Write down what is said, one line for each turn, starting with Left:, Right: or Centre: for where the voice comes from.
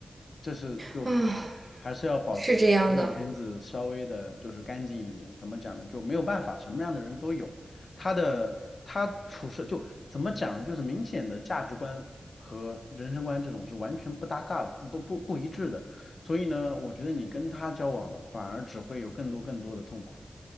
Left: 这是就
Right: 啊。
Left: 还是要保持朋友圈子稍微的，
Right: 是这样的，
Left: 就是干净一点。怎么讲呢？就没有办法，什么样的人都有。他的他处事就怎么讲呢？就是明显的价值观和人生观这种是完全不搭嘎的，不不不一致的。所以呢，我觉得你跟他交往了，反而只会有更多更多的痛苦，